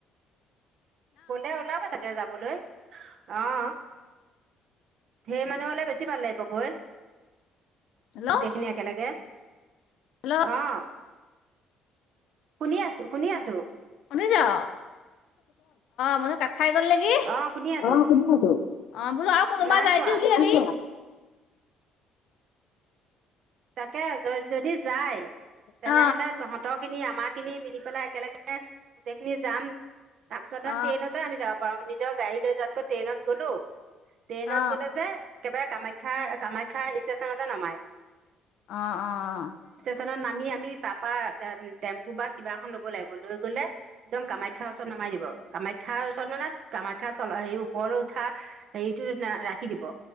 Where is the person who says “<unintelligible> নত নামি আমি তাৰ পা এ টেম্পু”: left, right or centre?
Right